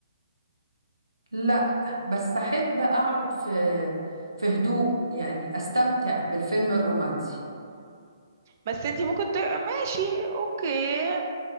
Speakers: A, on the right (about 85°); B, on the right (about 40°).
A: لا بس احب اقعد في في هدوء يعني استمتع بالفيلم الرومانسي
B: بس انتي ممكن تقرا ماشي اوكي